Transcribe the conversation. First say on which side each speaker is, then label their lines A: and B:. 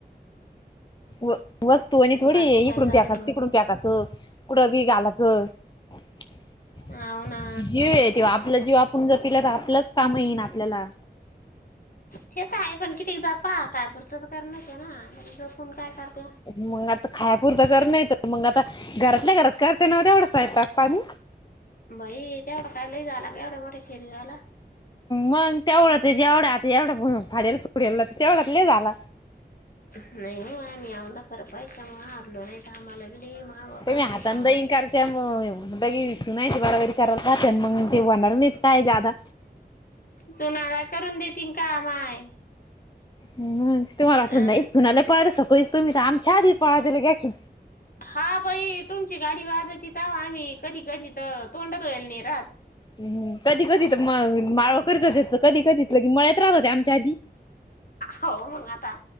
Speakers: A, on the left (about 25°); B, on the left (about 55°).
A: व वस्तू आणि थोडी
B: बाकी
A: इकडून
B: काय चालू
A: प्याचाच
B: मग?
A: तिकडून. पॅक असं कुडबी घालाच. <unintelligible>
B: हाव ना
A: तेव्हा आपलाच जीव आपुण जपिला तर आपलंच कामा येईना आपल्याला.
B: तेच आहे पण किती जपा काय पुुरतं तर करणच हाय ना. झोपून काय करते?
A: मंग आता खायपुरतं कर नाही तर मग आता घरातल्या घरात करते नाव तेवढं स्वयंपाक पाणी.
B: बई तेवढं काय लय झाला एवढ्या मोठ्या शरीराला.
A: मंग तेवढंच आहे जेवढं आता एवढं फडेल पुढेल तेवढंच लय झाल.
B: नाही हो आमही आवला खर पैसा मुळे हारलो नाही का आम्हाला <unintelligible> <unintelligible>
A: तुमी हातानं
B: होता औंदा.
A: दैनं करत्या म बघ विसरून या, ते बराबरी कराला का मग ते, वनार नाही काय जादा.
B: सुनाव्या करून देतीन का माय.
A: हम्म तुम्हाला वाटत
B: अं
A: नाही सुनायला पळा सगळीच तुम्ही तर आमच्या आधी पळा दिला ग घ्या की.
B: हा बाई तुमची गाडी वाजयची तवा, आम्ही कधी कधी तर तोंडातईल नाही राहात.
A: हम्, कधी कधी तर मग माळव करीत होते. कधी कधी की मळ्यात राहत होते आमच्या आधी.
B: हो मंग आता.